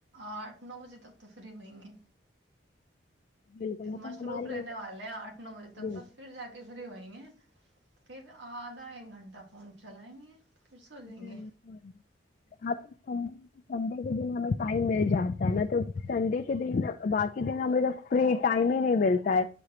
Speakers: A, on the right; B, on the left.
A: آٹھ نو بجے تک تو فری ہوئیں گے
B: بالکل مطلب
A: مصروف
B: ہماری
A: رہنے
B: ایک
A: والے ہیں آٹھ نو بجے تک
B: جی
A: تو پھر جا کے فری وہیں ہیں پھر آدھا ایک گھنٹہ فون چلائیں گے پھر سو جائیں
B: بکل
A: گے
B: آپ سنڈے سنڈے کے دن ہمیں ٹائم مل جاتا ہے ن تو سنڈے کے دن باقی دن ہم تو فری ٹائم ہی نہیں ملتا ہے